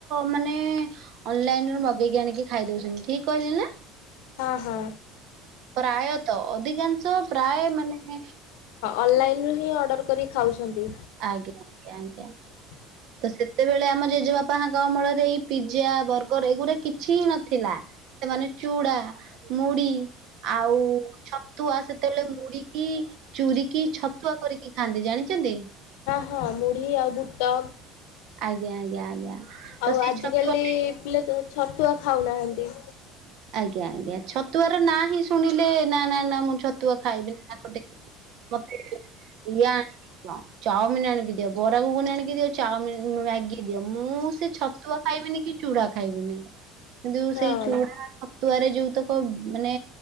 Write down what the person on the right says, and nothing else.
ମାନେ ଅନ୍‌ଲାଇନ୍‌ ରୁ ମଗେଇକି ଆଣିକି ଖାଇ ଦଉଚନ୍ତି। ଠିକ୍ କହିଲି ନା।
ପ୍ରାୟତ ଅଧିକାଂଶ ପ୍ରାୟେ ମାନେ
<unintelligible>
ତ ସେତେବେଳେ ଆମ ଜେଜେବାପାଙ୍କ ଅମଳରେ ଏଇ ପିଜା, ବର୍ଗର ଏଗୁରା କିଛି---ନଥିଲା। ସେମାନେ ଚୁଡ଼ା ମୁଡ଼ି ଆଉ ଛତୁଆ ସେତେବେଳେ ମୁଡ଼ି କି ଚୁରୀ କିି ଛତୁଆ କରିକି ଖାଆନ୍ତି, ଜାଣିଚନ୍ତି?
ଆଜ୍ଞା ଆଜ୍ଞା ଆଜ୍ଞା, ତ
ସେଇ
ଛତୁଆ
ଆଜ୍ଞା ଆଜ୍ଞା ଛତୁଆର ନାଁ ହିଁ ଶୁଣିଲେ ନା ନା ନା ମୁଁ ଛତୁଆ ଖାଇବିନି ନାକ ଟେକି <unintelligible> ଚାଓମିନ ଆଣିକି ଦିଅ ବରା ଘୁଗୁନି ଆଣିକି ଦିଅ ଚାଓମି ମ୍ୟାଗି ଦିଅ ମୁଁ ସେ ଛତୁଆ ଖାଇବିନି କି ଚୁଡ଼ା ଖାଇବିନି।
କିନ୍ତୁ
ସେଇ ଚୁଡ଼ା ଛତୁଆରେ ଯୋଉତକ ମାନେ